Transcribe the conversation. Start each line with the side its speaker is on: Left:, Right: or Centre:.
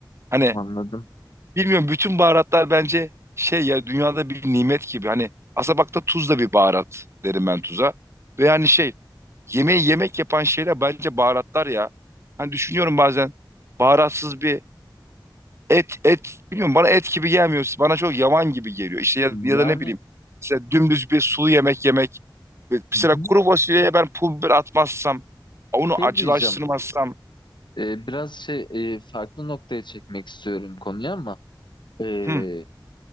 Right: Hani
Left: anladım.
Right: bilmiyorum bütün baharatlar bence şey ya dünyada bir nimet gibi. Hani aslında bak da tuz da bir baharat derim ben tuza. Ve yani şey yemeği yemek yapan şeyler bence baharatlar ya. Hani düşünüyorum bazen baharatsız bir et et bilmiyorum bana et gibi gelmiyor. Bana çok yavan gibi geliyor. İşte ya,
Left: Yani
Right: ya da ne bileyim mesela dümdüz bir sulu yemek yemek. Ve
Left: hı
Right: Mesela
Left: hı.
Right: kuru fasulyeye ben pul biber atmazsam onu
Left: Şey
Right: acılaştırmazsam
Left: diyeceğim. E, biraz şey e, farklı noktaya çekmek istiyorum konuyu ama e,
Right: hı,